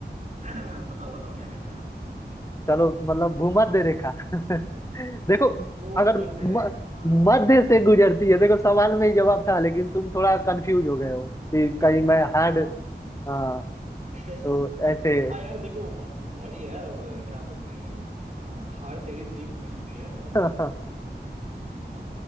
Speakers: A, on the right; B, on the left.
A: <clears throat> बताओ बताओ क्या कहते हैं हाँ
B: चलो मतलब भूमध्य रेखा <laughs> देखो
A: भूमध्य
B: अगर म,
A: रेखा हाँ
B: मध्य से गुजरती है देखो सवाल में ही जवाब था लेकिन तुम थोड़ा कंफ्यूज हो गए हो कि कहीं मैं
A: हाँ
B: हार्ड हाँ
A: <laughs>
B: तो ऐसे
A: हाँ यार देखो वही है अब क्या बोलते हैं अ, हार से ही सीख मिलती है अब
B: <laughs>
A: अब, अब, अब